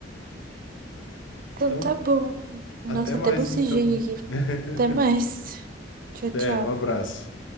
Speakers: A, on the right (about 50°); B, on the left (about 85°).
A: Então
B: Então,
A: tá bom. Nossa,
B: até mais
A: até bocejei
B: então.
A: aqui.
B: <laughs>
A: Até mais. Tchau,
B: Até,
A: tchau.
B: um abraço.